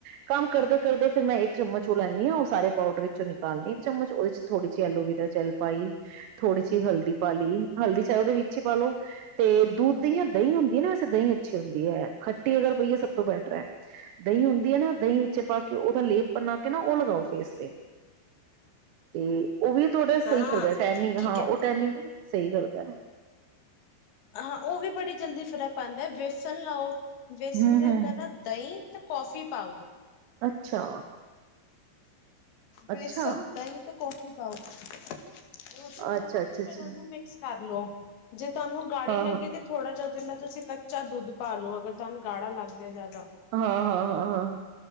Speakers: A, on the right; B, on the left.
A: ਕੰਮ ਕਰਦੇ ਕਰਦੇ ਫੇਰ ਮੈਂ ਇੱਕ ਚਮਚ ਉਹ ਲੈਂਦੀ ਹਾਂ, ਉਹ ਸਾਰੇ ਪਾਊਡਰ ਵਿੱਚੋਂ ਨਿਕਾਲਣੀ ਇੱਕ ਚਮਚ ਉਹਦੇ ਚ ਥੋੜ੍ਹੀ ਜਿਹੀ ਐਲੋਵਰਾ ਜੈਲ ਪਾਈ, ਥੋੜ੍ਹੀ ਜਿਹੀ ਹਲਦੀ ਪਾ ਲਈ, ਹਲਦੀ ਚ ਉਹਦੇ ਵਿੱਚ ਪਿੱਛ ਪਾ ਲਓ ਤੇ ਦੁੱਧ ਦੀ ਦਹੀਂ ਹੁੰਦੀ ਹੈ, ਨਾ ਵੈਸੇ ਦਹੀਂ ਅੱਛੀ ਹੁੰਦੀ ਹੈ, ਖੱਟੀ ਅਗਰ ਪਈਏ ਸਭ ਤੋਂ ਬੈਟਰ ਹੈ ਦਹੀਂ ਹੁੰਦੀ ਹੈ ਨਾ ਦਹੀਂ ਵਿੱਚ ਪਾ ਕੇ ਉਹਦਾ ਲੇਪ ਬਣਾ ਕੇ ਨਾ ਉਹ ਲਗਾਓ ਫੇਸ ਤੇ ਤੇ ਉਹ ਵੀ ਥੋੜਾ
B: ਹਾਂ
A: ਸਹੀ ਕਰਦਾ ਟੈਨਿੰਗ
B: ਕੀ
A: ਹਾਂ,
B: ਕ
A: ਉਹ ਟੈਨਿੰਗ ਸਹੀ ਕਰਦਾ।
B: ਹਾਂ ਉਹ ਵੀ ਬੜੀ ਜਲਦੀ ਫ਼ਰਕ ਪੈਂਂਦਾ ਬੇਸਣ ਲਾਉ। ਵੇਸਣ
A: ਹੂੰ
B: ਦੇ
A: ਹੂੰ
B: ਅੰਦਰ ਨਾ ਦਹੀਂ ਤੇ ਕੌਫੀ ਪਾਓ।
A: ਅੱਛਾ। ਅੱਛਾ,
B: ਵੇਸਨ, ਦਹੀਂ ਤੇ ਕੌਫੀ ਪਾਓ। ਉਹ ਦੇ ਹੁੰਦਾ
A: ਅੱਛਾ,
B: ਨਾ, ਉਹਨੂੰ
A: ਅੱਛਾ, ਅੱਛਾ
B: ਫੇਰ ਉਹਨੂੰ ਮਿਕਸ ਕਰਲੋ। ਜੇ ਤੁਹਾਨੂੰ ਗਾੜੀ
A: ਹਾਂ,
B: ਲੱਗੇ ਤੇ ਥੋੜਾ ਉਹਦੇ ਚ ਤੁਸੀਂ ਕੱਚਾ ਦੁੱਧ ਪਾਲੋ, ਅਗਰ ਤੁਹਾਨੂੰ ਗਾੜਾ ਲੱਗਦਾ ਜਿਆਦਾ।
A: ਹਾਂ-ਹਾਂ-ਹਾਂ-ਹਾਂ।